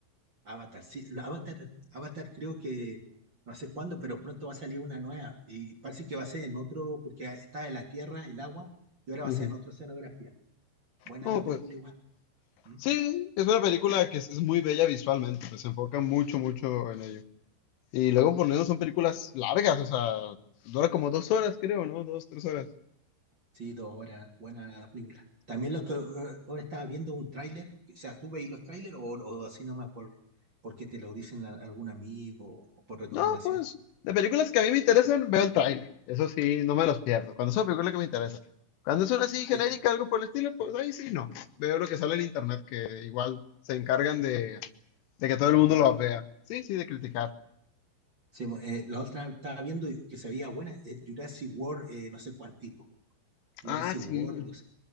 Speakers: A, on the right; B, on the left.
A: Avatar, sí, la Avatar, Avatar creo que no sé cuándo, pero pronto va a salir una nueva y parece que va a ser en otro, porque está en la tierra, el agua, y ahora
B: Ujú.
A: va a ser en otra escenografía. Buena
B: No,
A: la película
B: pues
A: igual. ¿Mm?
B: sí, es una película que es, es muy bella visualmente, pues se enfoca mucho, mucho en ello. Y luego por lo menos son películas largas, o sea, dura como dos horas, creo, ¿no? Dos, tres horas.
A: Sí, dos horas, buena la película. También lo que eh, ahora estaba viendo un tráiler, o sea, ¿tú veis los tráilers o, o así nomás por porque te lo dicen a- algún amigo o por recomendación?
B: No, pues, de películas que a mí me interesan, veo el tráiler. Eso sí, no me los pierdo. Cuando es una película que me interesa. Cuando es una así
A: Sí,
B: genérica, algo por el estilo, pues ahí sí no. Veo lo que sale en internet, que igual se encargan de, de que todo
A: criticar.
B: el mundo lo vea. Sí, sí, de criticar.
A: Sí. Sí, eh, la otra estaba viendo que se veía buena, es Jurassic World, eh, no sé cuántito. Jurassic
B: Ah, sí.
A: World, no sé,